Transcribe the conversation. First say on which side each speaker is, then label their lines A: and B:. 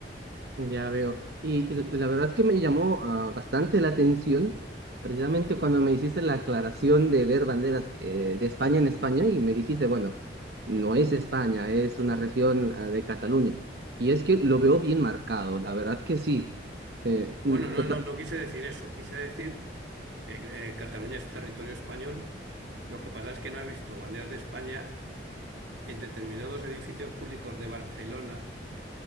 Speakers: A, on the right; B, on the right.
A: Ya veo. Y l- la verdad es que me llamó ah, bastante la atención, precisamente cuando me hiciste la aclaración de ver banderas eh, de España en España y me dijiste, bueno, no es España, es una región ah, de Cataluña. Y es que lo veo bien marcado, la verdad que sí. Eh, mm,
B: Bueno, no,
A: tota-
B: no, no quise decir eso, quise decir eh, eh, Cataluña es territorio español. Lo que pasa es que no has visto banderas de España en determinados edificios públicos de Barcelona,